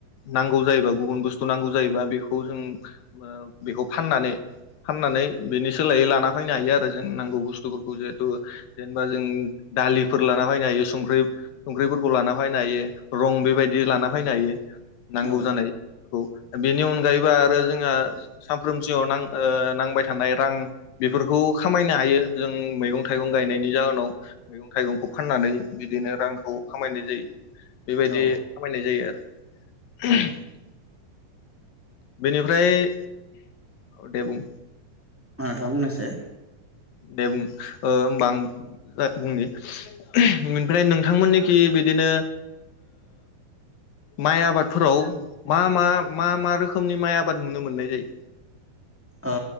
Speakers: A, on the left (about 80°); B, in the centre.
A: नांगौ जायोबा गुबुन बुस्थु नांगौ जायोबा बेखौ जों बेखौ फाननानै फाननानै बेनि सोलायै लाना फैनो हायो आरो जों नांगौ बुस्थुफोरखौ जे जेनेबा जों दालि फोर लाना फैनो हायो संख्रि संख्रिफोरखौ लाना फैनो हायो रं बेबायदि लाना फैनो हायो। नांगौ
B: औ
A: जानायखौ बेनि अनगायैबो आरो जोंहा सानफ्रोम जिउआव नांबाय थानाय रां बेफोरखौ खामायनो हायो जों मैगं थाइगं गायनायनि जाहोनाव मैगं थाइगंखौ फाननानै बिदिनो रांखौ खामायनाय जायो। बेबायदि
B: औ
A: खामायनाय जायो आरो। <unintelligible>
B: औ ओ
A: बेनिफ्राय औ दे बुं
B: नोथां बुंनायसाय
A: दे बुं होमबा आं बुंनि ओमफ्राय नोंथांमोननिखि बिदिनो माइ आबादफोराव मा मा मा मा रोखोमनि माइ आबाद नुनो मोननाय जायो।
B: ओ